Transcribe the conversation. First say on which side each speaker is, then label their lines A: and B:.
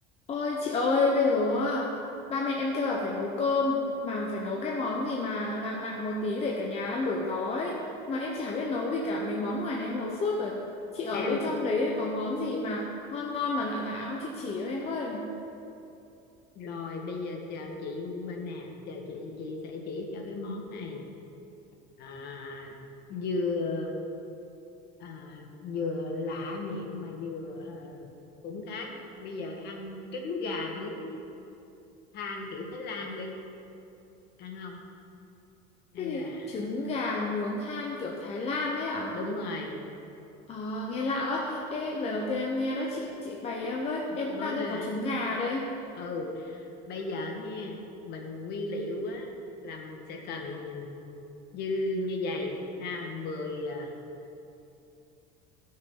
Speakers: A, on the left (about 30°); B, on the left (about 50°).
A: Ôi chị ơi, bây giờ á, ba mẹ em kêu là phải nấu cơm mà phải nấu cái món gì mà lạ lạ một tí để cả nhà ăn đổi gió ấy. Mà em chả biết nấu gì cả, mấy món ngoài này em nấu suốt rồi. Chị ở
B: em
A: bên trong đấy có món gì mà ngon ngon mà lạ lạ không chị chỉ cho em với.
B: rồi bây giờ chờ chị Minh nè chờ chị chị sẽ chỉ cho cái món này à, vừa à, vừa lạ miệng mà vừa à, cũng khác bây giờ ăn trứng gà nướng than kiểu Thái Lan đi ăn không hay
A: Cái gì
B: là
A: trứng gà nướng than kiểu Thái Lan đấy à?
B: đúng rồi
A: À, nghe lạ quá. Ê, lần đầu tiên em nghe đấy chị chị bày em với. Em
B: món
A: cũng đang
B: này nè
A: có trứng gà đây.
B: ừ bây giờ ha mình nguyên liệu á là mình sẽ cần như như vậy ha mười ờ,